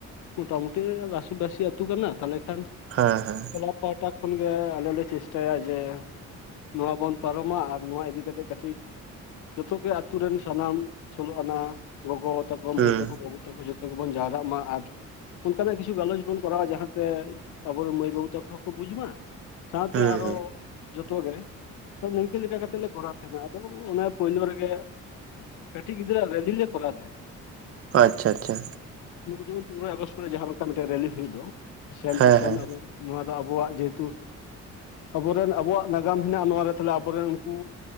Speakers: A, on the left; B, on the right.
A: ᱢᱚᱴᱟᱢᱩᱴᱤ ᱨᱟᱥᱤᱵᱟᱹᱥᱤ ᱟᱹᱛᱩ ᱠᱟᱱᱟ ᱛᱟᱦᱚᱞᱮ ᱠᱷᱟᱱ
B: ᱦᱮᱸ ᱦᱮᱸ᱾
A: <unintelligible> ᱯᱟᱦᱴᱟ ᱠᱷᱚᱱ ᱜᱮ ᱟᱞᱮ ᱞᱮ ᱪᱮᱥᱴᱟᱭᱟ ᱡᱮ ᱱᱚᱣᱟ ᱵᱚᱱ ᱯᱟᱨᱚᱢᱟ ᱟᱨ ᱱᱚᱣᱟ ᱤᱫᱤ ᱠᱟᱛᱮ ᱠᱟᱹᱴᱷᱤ ᱡᱚᱛᱚ ᱜᱮ ᱟᱛᱩ ᱨᱮᱱ ᱥᱟᱱᱟᱢ ᱥᱳᱞᱳ ᱟᱱᱟ ᱜᱚᱜᱚ ᱛᱟᱠᱚ
B: ᱦᱩᱸ
A: ᱢᱟᱹᱭ ᱛᱟᱠᱚ ᱵᱟᱹᱵᱩ ᱛᱟ ᱛᱟᱠᱚ ᱡᱚᱛᱚ ᱜᱮᱵᱚᱱ ᱡᱟᱣᱨᱟᱜ ᱢᱟ ᱟᱨ ᱚᱱᱠᱟᱱᱟᱜ ᱠᱤᱪᱷᱩ ᱜᱟᱞᱚᱪ ᱵᱚᱱ ᱠᱚᱨᱟᱣᱟ ᱡᱟᱦᱟᱸᱛᱮ ᱟᱵᱚᱨᱮᱱ ᱢᱟᱹᱭ ᱵᱟᱹᱵᱩ ᱛᱟᱠᱚ ᱠᱚ ᱵᱩᱡᱷ ᱢᱟ ᱥᱟᱶᱛᱮ
B: ᱦᱩᱸ
A: ᱟᱨᱚ ᱡᱚᱛᱚ ᱜᱮ ᱛᱷᱚ ᱱᱤᱝᱠᱟᱹ ᱞᱮᱠᱟ ᱠᱟᱛᱮᱜ ᱞᱮ ᱠᱚᱨᱟᱣ ᱛᱟᱦᱮᱱᱟ ᱟᱫᱚ ᱚᱱᱮ ᱯᱳᱭᱞᱳ ᱨᱮᱜᱮ ᱠᱟᱹᱴᱤᱡ ᱜᱤᱫᱽᱨᱟᱹ ᱟ ᱞᱮᱞᱤ ᱞᱮ ᱠᱚᱨᱟᱣ ᱛᱮᱦᱮᱱᱟ᱾
B: ᱟᱪᱪᱷᱟ ᱟᱪᱪᱷᱟ᱾
A: ᱠᱩ ᱡᱮᱢᱚᱱ ᱯᱚᱱᱨᱚᱭ ᱟᱜᱚᱥᱴ ᱠᱚᱨᱮ ᱡᱟᱦᱟᱸ ᱞᱮᱠᱟ ᱢᱤᱫᱮᱱ ᱨᱮᱞᱤ ᱦᱩᱭᱩᱜ ᱫᱚ ᱥᱮᱢ
B: ᱦᱮᱸ
A: ᱴᱩ ᱥᱮᱢ
B: ᱦᱮᱸ
A: ᱟᱵᱚ ᱱᱚᱣᱟ ᱟᱵᱚᱣᱟᱜ ᱡᱮᱦᱮᱛᱩ ᱟᱵᱚᱨᱮᱱ ᱟᱵᱚᱣᱟᱜ ᱱᱟᱜᱟᱢ ᱦᱮᱱᱟᱜᱼᱟ ᱱᱚᱣᱟᱨᱮ ᱛᱟᱦᱚᱞᱮ ᱟᱵᱚᱨᱮᱱ ᱩᱱᱠᱩ